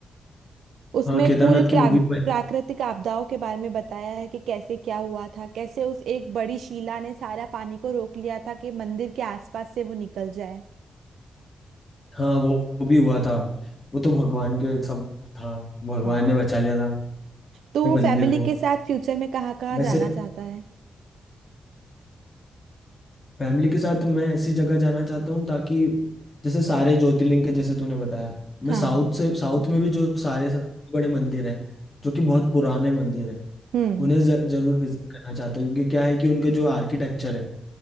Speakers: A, on the right (about 85°); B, on the left (about 30°).
A: उसमें
B: हाँ केदारनाथ
A: पूरे
B: की
A: प्राक-
B: मूवी
A: प्राकृतिक आपदाओं के बारे में बताया है कि कैसे क्या हुआ था कैसे उस एक बड़ी शिला ने सारा पानी को रोक लिया था कि मंदिर के आसपास से वो निकल जाए
B: हाँ वो वो भी हुआ था वो तो भगवान के सब था भगवान
A: हाँ
B: ने बचा लिया था
A: तो
B: ये मंदिर
A: फैमिली
B: को
A: के साथ फ्यूचर में कहाँ कहाँ
B: वैसे
A: जाना चाहता है
B: फैमिली के साथ मैं ऐसी जगह जाना चाहता हूँ ताकि जैसे सारे ज्योतिर्लिंग के जैसे तूने बताया मैं
A: हाँ
B: साउथ से साउथ में भी जो सारे सबसे बड़े मंदिर हैं जो कि बहुत पुराने मंदिर हैं
A: हम्म
B: उन्हें ज- जरूर विजिट करना चाहता हूँ क्योंकि क्या है कि उनके जो आर्किटेक्चर है